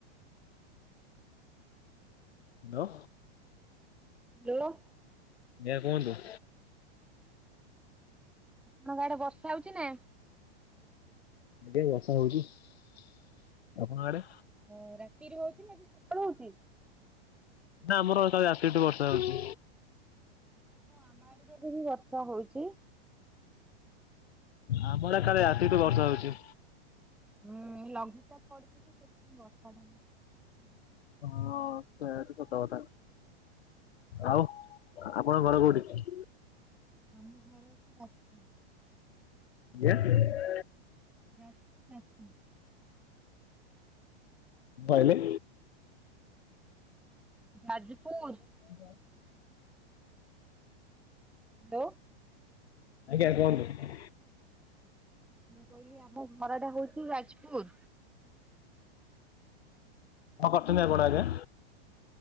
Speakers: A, on the left; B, in the centre.
A: ଦ
B: ବେଳ
A: ଜ୍ଞା କୁହନ୍ତୁ।
B: ତୋମ ଆଡେ ବର୍ଷା ହଉଚି ନା?
A: ଏଠି ବର୍ଷା ହଉଚି। ଆପଣଙ୍କ ଆଡେ?
B: ହଁ ରାତିରୁ ହଉଛି ନା ଏବେ ସକାଳୁ ହଉଛି?
A: ନା ଆମର କାଲି ରାତିଠୁ ବର୍ଷା ହଉଛି।
B: ହଁ ଆମ ଆଡେ ଏବେ ବି ବର୍ଷା ହଉଛି।
A: ଆମ ଆଡେ କାଲି ରାତି ଠୁ ବର୍ଷା ହଉଚି।
B: ହୁଁ ଲଘୁଚାପ ପଡିଚି ଯେ ସେଥିପାଇଁ ବର୍ଷା <unintelligible>
A: ହଁ ସେ ସତ କଥା। ଆଉ ଆ, ଆପଣଙ୍କ ଘର କୋଉଠି?
B: ଆମ ଘର ସେ <unintelligible>
A: ଯେ <inaudible>
B: ଯାଜପୁ, ଯାଜପୁ।
A: ବୋଇଲେ
B: ଯାଜପୁର।
A: <inaudible>
B: ହ୍ୟାଲୋ
A: ଆଜ୍ଞା କୁହନ୍ତୁ।
B: ମୁଁ କହିଲି ଆମ ଘର ଟା ହଉଚି ଯାଜପୁର।
A: କଣ କରୁଛନ୍ତି ଆପଣ ଆଜ୍ଞା?